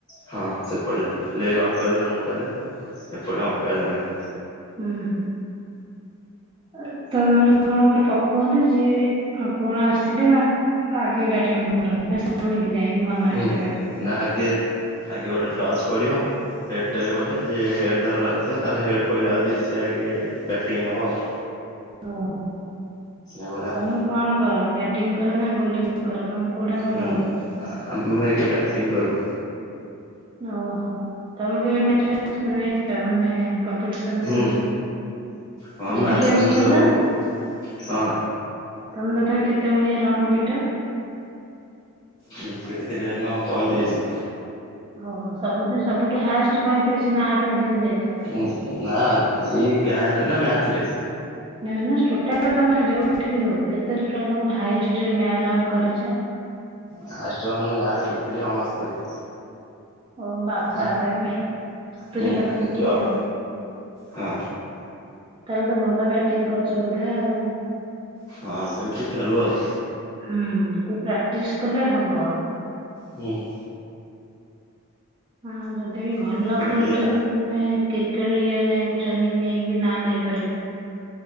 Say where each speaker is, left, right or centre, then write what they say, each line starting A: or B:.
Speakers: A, on the left (about 15°); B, on the right (about 20°).
A: ହଁ ସେପଟେ ଜଣେ ଲେଗ ଆମ୍ପେୟାର ଜଣକୁ କୁହାଯାଏ ହଁ ଏପଟେ ଅମ୍ପେୟାର ଜଣେ।
B: ଉଁହୁଁ। ଆ ତ ମାନେ କଣ ଗୋଟେ ପକୁହନ୍ତ ଯିଏ ଆଉ କଣ ଆସିଲେ ନା? ଆଗେ ବ୍ୟାଟିଂ କରନ୍ତି ନା ସେମିତି ଯାଇଁକି ମନଇଚ୍ଛା
A: ହୁଁ
B: ବ୍ୟା
A: ନା ଆଗେ ଆଗେ ଗୋଟେ ଟର୍ଚ ପଡିବ। ହେଡ ଟେଲ ପଡେ ଯିଏ ହେଡ ଧର ବାଛଥିବ ତାର ହେଡ ପଇଲେ ଯଦି ସିଏ ଆଗେ ବ୍ୟାଟିଂ ନବ ଆଉ
B: ଓହୋ
A: ଏଭଳିଆ ଆଉ
B: ତମେ କଣ କର ବ୍ୟାଟିଂ କର ନା ବୋଲିଂ କର ତମ କୋଉଟା ଭଲ
A: ହୁଁ
B: ହୁଏ?
A: ଆମେ ଆଗେ କାଟିଂ କରୁ।
B: ଓହୋ ତମେ କେବେ <unintelligible> ମାନେ <unintelligible> ମାନେ କମ୍ପିଡିଶନ
A: ହୁଁ
B: ରେ ଯୋଉ
A: ହଁ
B: ଜିତିକି
A: ମ୍ୟାଚ
B: ଆସିଛ
A: ଆମର ଯୋଉ
B: ତ
A: ହଁ।
B: ତମେ ତଥାପି କେତେ ଭଳିଆ ରନ୍ ପିଟ?
A: ମୁଁ ପିଟିଥିଲି ସେଦିନ ପଇଁତିରିଶି।
B: ଓହୋ ସବୁଦିନ ସବୁଠୁ ହାଷ୍ଟ ପଇଁତିରିଶ ନା ଆଠୁ ଅଧିକ ଯାଇଚ?
A: ଉଁ ନା ଏଇ ଗାଁ ରେ ନା ମ୍ୟାଚ ରେ?
B: ନା ନା ଟୋଟାଲ ତମେ ଯୋଉଠି ବି ହଉ କେତେ ଟୋଟାଲି ତମର ହାଇଷ୍ଟ ମ୍ୟ ରନ୍ କରିଚ?
A: ହାଏଷ୍ଟ ଗାଁ ରେ ପଟିଥିଲି ଅଣସ୍ତରୀ।
B: ଓ ବାବା
A: ଆ
B: ତାହେଲେ ସତୁରୀ
A: ହୁଁ
B: ପାଖ ପାଖି
A: ଟ୍ୱେଲ୍ଭ।
B: ଆଉ।
A: ହଁ
B: ତାହେଲେ ତ ଭଲ ବ୍ୟାଟିଂ କରୁଚ ବୋଧେ ଆଉ।
A: ହଁ ସେମିତି ଖେଳୁ ଆଉ।
B: ହୁଁ ଟିକେ ପ୍ରାକ୍ଟିସ କଲେ ହବ।
A: ହୁଁ।
B: ଆଉ ଯଦି ବି ଭଲ
A: ହଁ ଏବେ
B: ଖେଳୁଚ
A: ପିଲା
B: ତମେ କ୍ରିକେଟ ଇଏରେ ଯାଇକି ଟ୍ରେନିଂ ନେଇକି ବି ନାଁ ଦେଇପାରିବ।